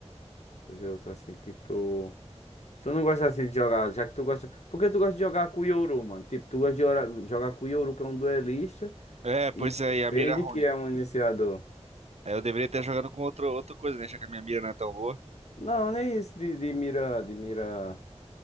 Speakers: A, on the left; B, on the right.
A: Deixa eu ver outro assim que tu. Tu não gosta assim de jogar, já que tu gosta. Por que tu gosta de jogar com o Yoru, mano? Tipo, tu gosta de ora- jogar com o Yoru, que é um duelista,
B: É, pois
A: e
B: é,
A: e Fade,
B: e a mira é ruim.
A: que é um iniciador.
B: Aí eu deveria estar jogando com outro, outra coisa, né? Já que a minha mira não é tão boa.
A: Não, nem isso de, de mira, de mira,